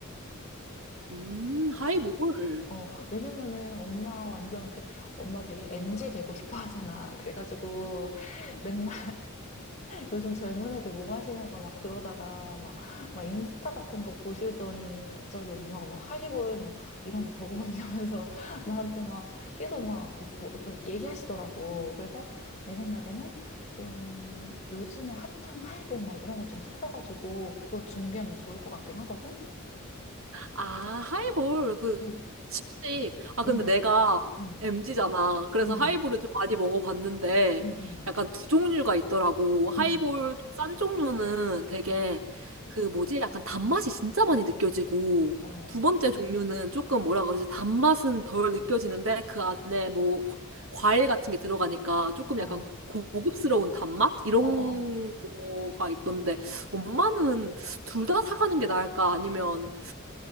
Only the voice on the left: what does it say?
어, 왜냐면은 엄마 완전 그 엄마 되게 m 지 되고 싶어 하잖아. 그래가지고 맨날 요즘 젊은 애들 뭐 마시냐고 막 그러다가 막, 막 인스타 같은 거 보시더니 갑자기 엄마가 막 하이볼 막 이런 거 먹어봤냐면서 <laughs> 나한테 막 계속 막 뭐- 그 얘기하시더라고. 그래서 내 생각에는 좀 요즘에 핫한 하이볼 막 이런 거 좀 찾아가지고 그거 준비하면 좋을 것 같긴 하거든?
응,
응,
응,
응,
응, 응, 응,
응,
응.
어,
어,
어, 어.